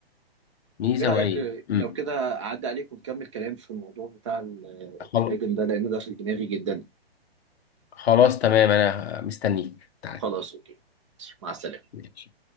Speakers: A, on the left; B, on the right.
A: ميزه
B: ايه رأيك
A: وعيب
B: آه،
A: امم
B: لو كده اعدي عليك ونكمل كلام في الموضوع بتاع ال- التراجم
A: خل-
B: ده لان ده في دماغي جدا
A: خلاص تمام انا مستنيك تعال
B: خلاص اوكي مع السلامة
A: ماشي